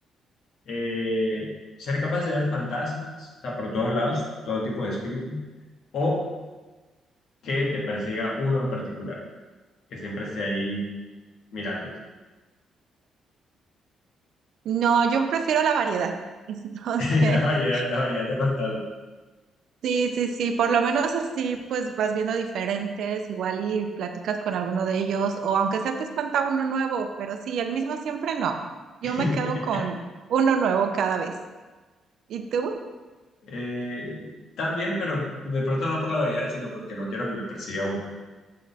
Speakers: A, on the left; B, on the right.
A: Eh, ¿ser capaz de ver fantasmas, o sea, por todos lados, todo tipo de espíritu, o que te persiga uno en particular, que siempre esté ahí mirándote?
B: No, yo prefiero la variedad. <laughs> Entonces,
A: <laughs> La variedad, la variedad de fantasmas.
B: Sí, sí, sí, por lo menos así pues vas viendo diferentes, igual y platicas con alguno de ellos, o aunque sea te espanta uno nuevo, pero sí, el mismo siempre no. Yo
A: <laughs>
B: me quedo con uno nuevo cada vez. ¿Y tú?
A: Eh, también, pero de pronto no por la variedad, sino porque no quiero que me persiga uno.